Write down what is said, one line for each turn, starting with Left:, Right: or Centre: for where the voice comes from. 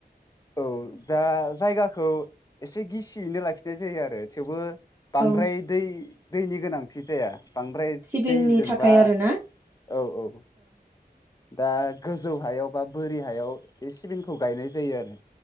Left: औ दा जायगाखौ एसे गिसियैनो लाखिनाय जायो आरो थेवबो बांद्राय
Right: औ
Left: दै दैनि गोनांथि जाया। बांद्राय
Right: सिबिंनि
Left: दैजोंबा
Right: थाखाय आरोना
Left: औ औ दा गोजौ हायाव बा बोरि हायाव बे सिबिंखौ गायनाय जायो आरो